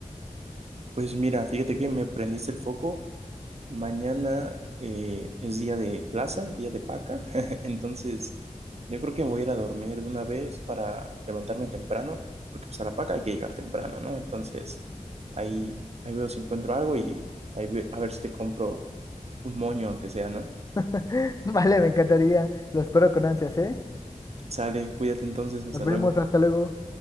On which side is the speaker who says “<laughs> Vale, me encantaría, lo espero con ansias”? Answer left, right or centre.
Left